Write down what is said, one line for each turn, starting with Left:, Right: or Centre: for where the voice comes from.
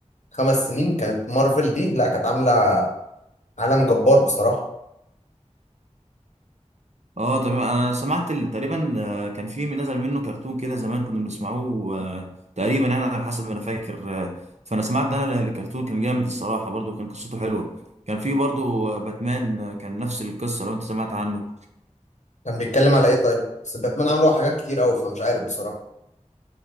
Left: خمس سنين كانت مارفل دي لا كانت عاملة عالم جبار بصراحة
Right: آه، تمام انا سمعت ال- تقريبا آه، كان في من نزل منه كرتون كده زمان كنا بنسمعوه آه، تقريبا يعني على حسب ما انا فاكر آه، فانا سمعت ده انا الكرتون كان جامد الصراحه برضو كان قصته حلوه كان في برضو آه، باتمان آه، كان نفس القصه لو انت سمعت عنه
Left: كان بيتكلم على إيه طيب بس باتمان عملوا حاجات كتير أوي فمش عارف بصراحة